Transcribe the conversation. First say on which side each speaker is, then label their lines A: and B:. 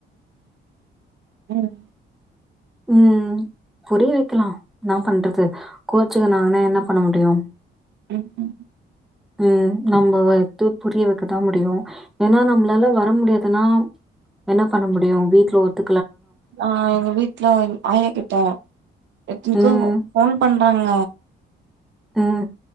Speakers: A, on the right (about 65°); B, in the centre.
A: உஹம் <unintelligible>
B: உம் புரிய வைக்கலாம் நான் பண்றது கோச்சுக்கு நாங்கனா என்ன பண்ண முடியும்
A: உம் உ
B: உஹம் நம்மத்து புரிய வைக்கதான் முடியும் ஏன்னா நம்மளால வர முடியாதுன்னா என்ன பண்ண முடியும் வீட்டுல ஒத்து
A: ஆஹ் எங்க வீட்டு்ல ஆயா கி ட்டா எத்தனுக்கு
B: ம்.
A: போன் பண்றாங்க
B: ம்ம்